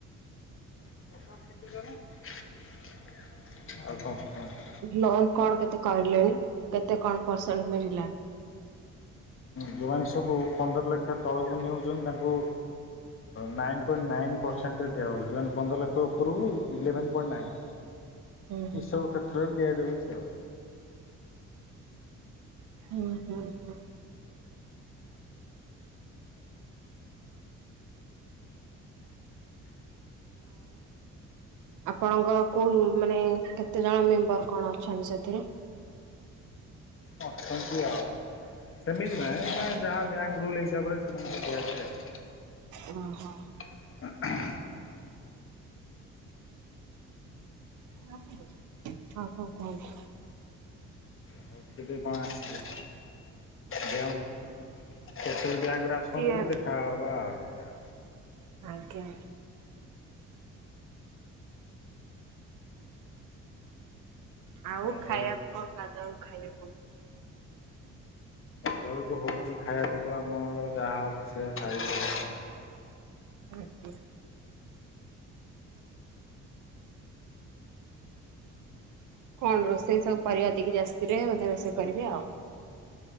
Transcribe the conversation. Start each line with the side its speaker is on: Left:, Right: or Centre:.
Left: ଆଉ କଣ କୁଅନ୍ତୁ।
Right: ଲୋନ୍ କଣ କେତେ କରିଲେଣି କେତେ କଣ ପରସେଣ୍ଟ ମିିଲିଳା?
Left: ଯୋଉମାନେ ସବୁ ପନ୍ଦର ଲକ୍ଷ ତଳକୁ ନେଉଛନ୍ତି ତାଙ୍କୁ ନାଇନ୍ ପଏଣ୍ଟ ନାଇନ ପରସେଣ୍ଟରେ ଦିଆ ହଉଛି ମାନେ ପନ୍ଦର ଲକ୍ଷ ଉପରକୁ ଇଲେଭେନ ପଏଣ୍ଟ ନାଇନ୍।
Right: <inaudible> ହୁଁ
Left: ଇ ସବୁ କ୍ଷେତ୍ର ରେ ଦିଆ ଯାଉଛି ଆଉ।
Right: ହୁଁ ହୁଁ ହୁଁ। ଆପଣଙ୍କର କୋଉ ମାନେ କେତେ ଜଣ ମେମ୍ବର କଣ ଅଛନ୍ତି ସେଥିରେ?
Left: ଅଛନ୍ତି ଆଉ ସେମିତି ନାଇଁ ଯାହା ବ୍ୟାଙ୍କ ରୁଲ ହିସାବରେ ସେମାନଙ୍କୁ ଦିଆଯାଏ ଆଉ।
Right: ଓ ହୋ।
Left: ଅ <inaudible>
Right: ଛ <unintelligible> ହଉ କ କୁଅନ୍ତୁ?
Left: ଆଉ କେବେ କଣ ଆସିବେ ଦେହ <unintelligible> ରେ ଆସନ୍ତୁ
Right: ଟିଏ
Left: ଦେଖାହବା ଆଉରି ଆ
Right: ଆଜ୍ଞା। ଆଉ
Left: ଆଉ
Right: ଖାଇବା
Left: ସେ
Right: କଣ ଗାଧାଙ୍କୁ ଖାଇଲେ କୁଁ
Left: ତଳକୁ ହେଉଛି ଖାଇବାକୁ ତ ଆମର ଯାହା ହବ ସେଇୟଆ ଖାଇଆ
Right: ହୁଁ ହୁଁ। କଣ ରୋଷେଇ ସବୁ ପରିବା ଦେଇକି ଜାତିରେହ ବୋଧେ ରୋଷେଇ କରିବେ ଆଉ।